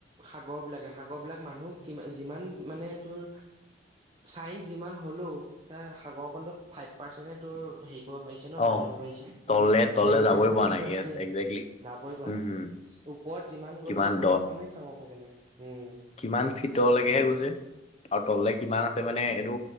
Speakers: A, on the right (about 25°); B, on the left (about 35°).
A: সাগৰ বিলাকে সাগৰ বিলাক মানুহ কি যিমান মানে তোৰ চাই যিমান হ'লো ত সাগৰ খন ফাইপ পাৰ্চেন্টে ত হেই পাইছে ন
B: অ
A: জানিব পাৰিছে তাকে
B: তললে তললে
A: নাইটি
B: যাবই
A: ফাইভ পাৰ্চেন্টটো
B: পৰা নাই য়েছ
A: আছে
B: একজেক্টলি
A: যাবই পোৱা
B: উম
A: নাই।
B: হম
A: ওপৰত যিমান
B: কিমান
A: গ'লেও তলৰ
B: দ
A: খনেই চাব পোৱা গে নাই। উম
B: কিমান ফিতলৈকেহে গৈছে আৰু তললে কিমান আছে মানে এইটো।